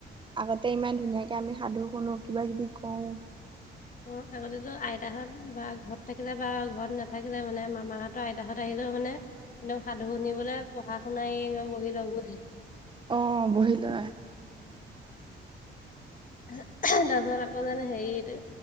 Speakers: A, on the right; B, on the left.
A: আগতে ইমান ধুনীয়াকে আমি সাধু শুনো কিবা কিবি কওঁ
B: অঁ আগতেতো আইতাহত বা ঘৰত থাকিলে বা ঘৰত নাথাকিলে মানে মামাহঁতৰ আইতাহত আহিলেও মানে একদম সাধু শুনিবলৈ পঢ়া শুনাই একদম বহি লওঁগৈ।
A: অঁ বহি লোৱা।
B: এহে তাৰ পিছত আকৌ যেন হেৰি